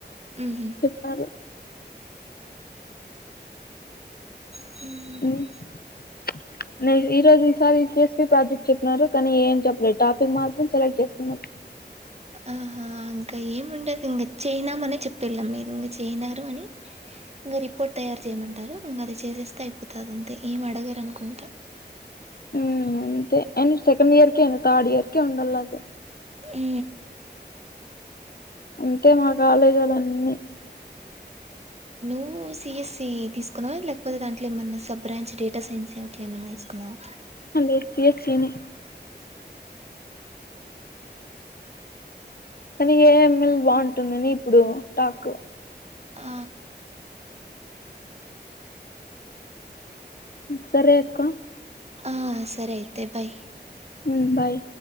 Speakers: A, on the right (about 35°); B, on the left (about 55°).
A: మ్హు
B: చెప్పారు
A: అ
B: ఉమ్. <inaudible> నే ఈ రోజు ఈసారి సిఎస్పి ప్రాజెక్ట్ చెప్పిన కానీ ఏం చెప్పలేదు టాపిక్ మాత్రం సెలెక్ట్ చేసుకున్నాం
A: ఆహా ఇంకా ఏముండదు ఇంకా చేయనాం అనే చెప్పెళ్ళం మీరు ఇంక చేయనారు అని ఇంకా రిపోర్ట్ తయారు చేయమంటారు ఇంకా అది చేసేస్తే అయిపోతాది అంతే ఏమి అడగరు అనుకుంటా
B: <inaudible> అ ఏంది సెకండ్ ఇయర్కే థర్డ్ ఇయర్కే ఉండలా అది
A: ఆ
B: అంతే మా కాలేజొల్లు అన్నీ <inaudible>
A: నువ్వు సిఎస్ఈ తీసుకున్నావా లేకపోతే దాంట్లో ఏమన్నా సబ్ బ్రాంచ్ డేటా సైన్స్ అట్లా ఏమైన్నా తీసుకున్నావా
B: ఆ లేదు సి ఎస్ ఈ నే కానీ ఏ ఐ ఎం ఎల్ బాగుంటుందని ఇప్పుడు టాక్
A: ఆ
B: సరే అక్క
A: ఆ సరే అయితే బాయ్
B: హు బాయ్